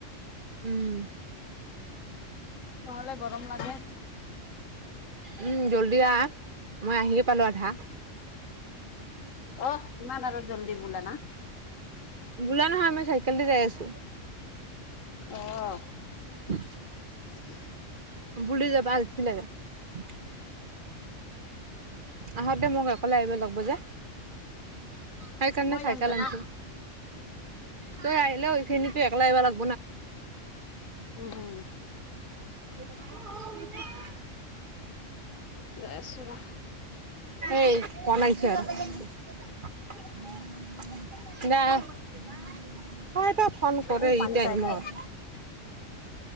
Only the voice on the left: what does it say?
নহ'লে গৰম লাগে।
অ ইমান আৰু জল্দি বোলে না।
অহ।
উ <unintelligible>
মই
যাম তো
না
উম উম।
গৈ আছোঁ ৰ।
ও
পানী
খাই দে